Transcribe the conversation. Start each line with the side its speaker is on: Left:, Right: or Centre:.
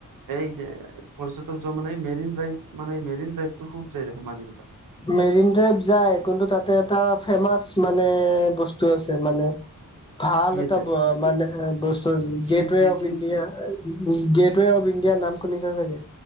Right: এই যে পৰ্যটক যোৱা মানে মেৰিন ড্ৰাইভ, মানে মেৰিন ড্ৰাইভটো খুব যায় দেখোঁ মানুহবিলাক।
Left: মেৰিন ড্ৰাইভ যায়, কিন্তু তাতে এটা ফেমাচ মানে বস্তু আছে মানে। ভাল
Right: কি
Left: এটা
Right: আছে
Left: মানে বস্তু
Right: শিৱজি
Left: গেটৱে অফ
Right: শিৱ
Left: ইণ্ডিয়া।
Right: শি
Left: গেটৱে অফ ইণ্ডিয়াৰ নাম শুনিছা চাগে?